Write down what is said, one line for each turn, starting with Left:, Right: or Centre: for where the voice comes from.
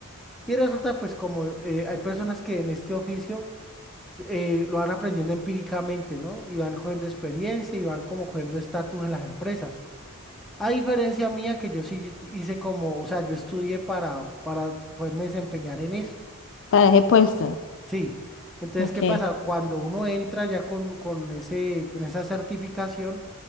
Centre: Y resulta pues como eh, hay personas que en este oficio eh, lo van aprendiendo empíricamente, ¿no? Y van cogiendo experiencia y van como cogiendo estatus en las empresas. A diferencia mía, que yo sí hice como, o sea, yo estudié para, para poderme desempeñar en eso.
Left: Para he puesto.
Centre: Sí. Entonces,
Left: Ok,
Centre: ¿qué pasa? Cuando uno entra ya con, con ese, con esa certificación,